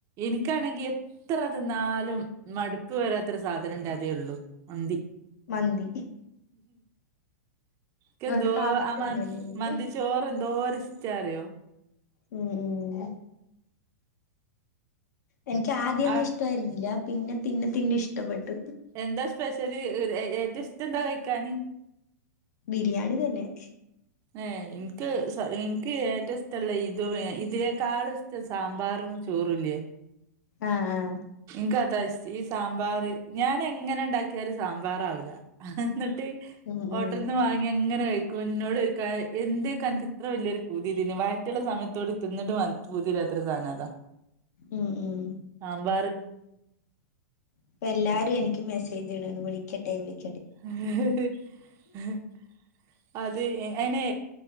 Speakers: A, on the right (about 35°); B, on the left (about 70°).
A: എനിക്കാണെങ്കി എത്ര അത് തിന്നാലും മടുപ്പ് വരാത്ത ഒരു സാധനം ഉണ്ട് അതേ ഉള്ളു മന്തി
B: മന്തി
A: ക്കെന്തോ
B: ഇവന്റെ താത്താക്കും
A: ആഹ് മ
B: അങ്ങനെയായിരുന്നു
A: മന്തി ചോറെന്തോരി ഷ്ടാറിയോ.
B: ഉം ഉം ഉം എനിക്കാദ്യോന്നും
A: ആ
B: ഇഷ്ടായിരുന്നില്ല. പിന്നെ പിന്നെ പിന്നെ ഇഷ്ടപ്പെട്ടു.
A: എന്താ സ്പെഷ്യല്? ഇഹ് ഏഹ് ഏറ്റോം ഇഷ്ടം എന്താ കഴിക്കാന്?
B: ബിരിയാണി തന്നെ ഹ്
A: ഏ ഇൻ ക്ക് ഇൻക് ഏറ്റം ഇസ് - <unintelligible> ഇഷ്ടല്ല ഇത് ഇതിനേക്കാളും ഇഷ്ടം സാമ്പാറും ചോറുംല്ലേ?
B: ആഹ! ആഹ!
A: ഇക്കത ഇഷ്ടം, ഈ സാമ്പാറ് ഞാൻ എങ്ങനെ ഉണ്ടാക്കിയാലും ഇ സാമ്പാറാവൂല ഹിഹി എന്നിട്ട്
B: ഉം
A: ഹോട്ടൽന്ന്
B: ഉം
A: വാങ്ങി. ഇങ്ങനെ കയിക്കും ന്നോട് ചോയ്ക്കും എന്തേ പ്പം അനക്ക് ഇത്ര വല്ല്യോരു പൂതിയിതിന് വയറ്റ് ള്ളെ സമയത്തും കൂടി തിന്നിട്ടു പൂതി തീരാത്ത ഒരു സാധനം അതാ
B: ഉം ഉം
A: സാമ്പാറ്
B: ഇപ്പം എല്ലാരും എനിക്ക് മെസ്സേജ് ഇടാണ് വിളിക്കട്ടെ വിളി -
A: ഹ് ഹ് ഹിഹി ഹ് അത് അയിനെ